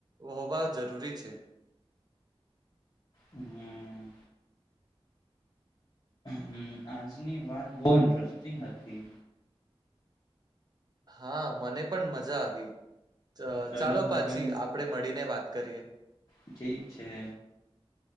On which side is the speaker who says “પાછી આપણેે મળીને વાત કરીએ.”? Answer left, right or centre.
Right